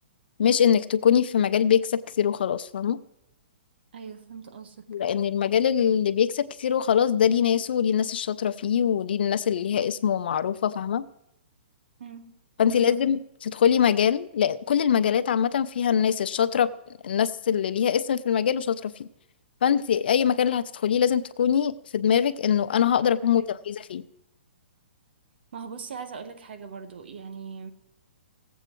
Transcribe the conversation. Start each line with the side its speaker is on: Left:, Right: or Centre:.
Left: مش انك تكوني في مجال بيكسب كتير وخلاص فاهمه
Right: ايوه فهمت قصدك
Left: لان المجال اللي بيكسب كتير وخلاص ده ليه ناسه وليه الناس الشاطره فيه وليه الناس اللي ليها اسم ومعروفه فاهمه
Right: امم
Left: فانت
Right: بالظبط
Left: لازم تدخلي مجال لأن كل المجالات عامة فيها الناس الشاطرة الناس اللي ليها اسم في المجال وشاطرة فيه فانت اي مكان اللي هتدخليه لازم تكوني في دماغك انه انا هقدر اكون متميزة
Right: أيوة.
Left: فيه
Right: ما هو بصي عايزه اقول لك حاجه برضو يعني